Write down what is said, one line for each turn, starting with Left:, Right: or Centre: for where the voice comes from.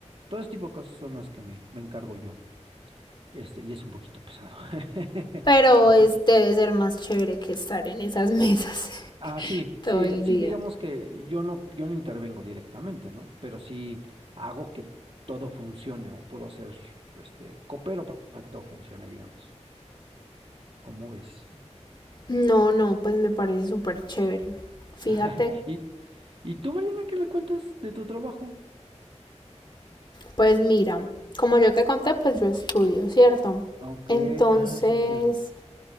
Right: Todo ese tipo de cosas son las que me, me encargo yo. Este, y es un poquito pesado. <laughs>
Left: pero
Right: Así.
Left: es, debe ser más chévere que estar en esas mesas
Right: Ah,
Left: <laughs>
Right: sí,
Left: todo
Right: sí,
Left: el
Right: sí,
Left: día.
Right: digamos que yo no, yo no intervengo directamente, ¿no? Pero sí hago que todo funcione o puedo hacer, este, coopero pa- para que todo funcione, digamos. ¿Cómo ves?
Left: No, no, pues me parece súper chévere. Fíjate,
Right: <laughs> ¿Y, y tú, Mariana, qué me cuentas de tu trabajo?
Left: pues mira, como yo te conté, pues yo estudio, ¿cierto?
Right: Ah, Ok,
Left: Entonces,
Right: ah, sí, cierto.